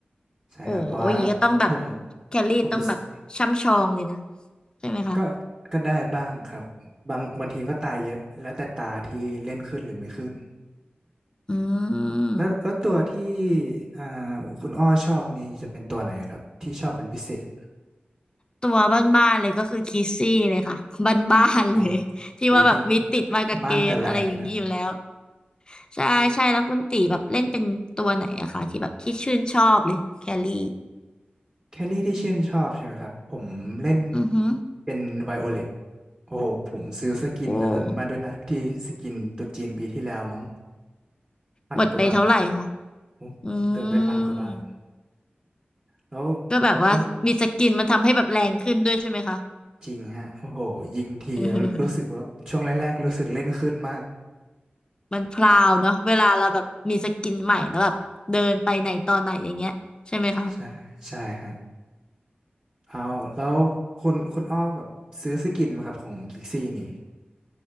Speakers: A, on the right; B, on the left.
A: ใช่ครับเพราะว่า
B: โอ้ยอย่างนี้ก็ต้องแบบ
A: ผม
B: แครี่ต้องแบบช่ำชองเลยนะ
A: ผมรู้สึก
B: ใช่ไหมคะ
A: ก็ก็ได้บ้างครับบางบางทีก็ตายเยอะแล้วแต่ตาที่เล่นขึ้นหรือไม่ขึ้น
B: อืม
A: แล้วแล้วตัวที่อ่าคุณอ้อชอบนี่จะเป็นตัวไหนครับที่ชอบเป็นพิเศษ
B: ตัวบ้านๆเลยก็คือคิสซี่เลยค่ะ <laughs> บ้านๆเลย
A: อ๋อ
B: <laughs> ที่ว่าแบบมีติดมากับเกมอะไรอย่างนี้อยู่แล้ว
A: โอ้ยคิกบ้านแต่แรงนะ
B: ใช่ใช่แล้วคุณตีแบบเล่นเป็นตัวไหนอะคะที่แบบที่ชื่นชอบเลยแครี่
A: แคลรี่ที่ชื่นชอบใช่ไหมครับผมเล่น
B: อือฮึ
A: เป็นไวโอเลตโอ้โหผมซื้อสกินอันนั้นมาด้วยนะที่สกินตัวจีนปีที่แล้วมั้ง
B: โอ้
A: พันกว่าบาท
B: หมดไปเท่าไหร่คะ
A: ผมเติมไปพันกว่าบาท
B: อืม
A: แล้ว
B: ก็แบบว่ามีสกินมันทำให้แบบแรงขึ้นด้วยใช่ไหมคะ
A: แล้วจริงฮะโอ้โหยิงทีรู้สึกว่าช่วงแรกๆรู้สึกเล่นขึ้นมาก
B: <laughs> มันพราวเนาะเวลาเราแบบมีสกินใหม่แล้วแบบเดินไปไหนต่อไหนอย่างเงี้ยใช่ไหมคะ
A: ใช่ใช่ฮะเอาแล้วคุณคุณอ้อแบบซื้อสกินไหมครับของคิกซี่นี่